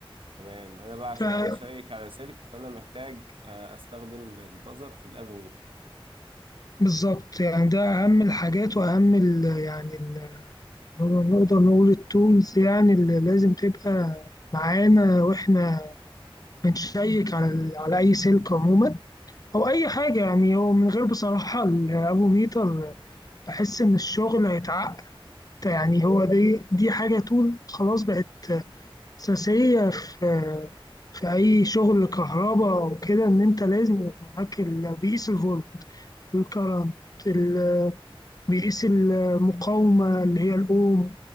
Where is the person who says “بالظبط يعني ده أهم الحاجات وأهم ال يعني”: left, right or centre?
Left